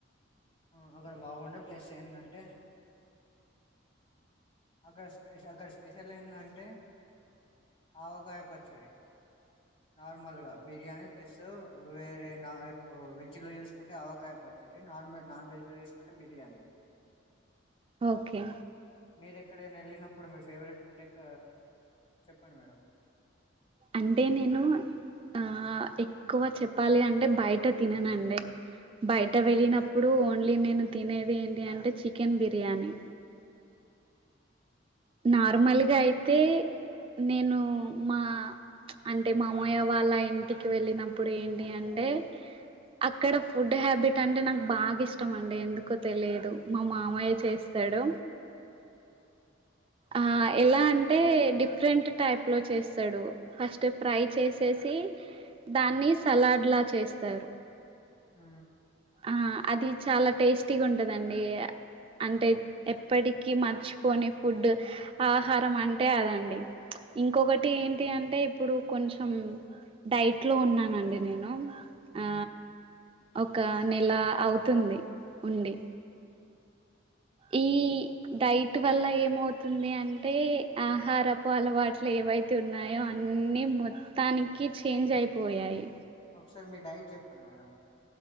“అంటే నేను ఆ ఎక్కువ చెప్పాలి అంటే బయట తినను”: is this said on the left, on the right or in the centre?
Right